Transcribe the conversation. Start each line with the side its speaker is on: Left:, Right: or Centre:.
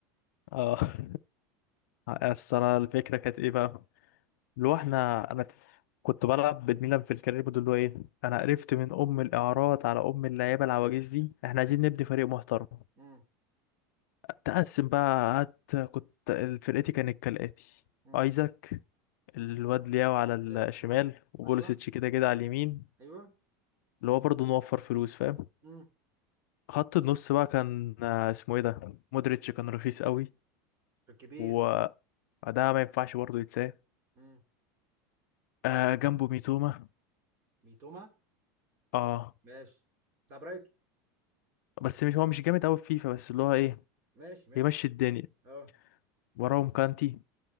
Left: اه <laughs> اصل انا الفكره كانت ايه بقى اللي
Right: فكره
Left: هو احنا
Right: ايه
Left: انا كنت بلعب بالميلان في الكارير بود اللي هو ايه انا
Right: اه
Left: قرفت من ام الاعارات على ام اللعيبه العواجيز دي احنا عايزين
Right: امم
Left: نبني فريق محترم
Right: امم
Left: تقسم بقى قعدت كنت فرقتي كانت كالاتي
Right: امم
Left: ايزاك الواد لياو على الشمال
Right: ذاك اه
Left: وبوليسيتش
Right: ايوه
Left: كده كده على اليمين
Right: ايوه
Left: اللي هو برضه نوفر فلوس فاهم
Right: امم
Left: خط النص بقى كان آه، اسمه ايه ده مودريتش كان رخيص قوي
Right: الكبير
Left: وده ما ينفعش برضه يتساه
Right: امم
Left: آه جنبه ميتوما
Right: ميتوما
Left: اه
Right: ماشي بتاع برايتون
Left: بس مش هو مش جامد قوي في فيفا بس اللي هو ايه
Right: ماشي ماشي
Left: يمشي الدنيا
Right: اه
Left: وراهم كانتي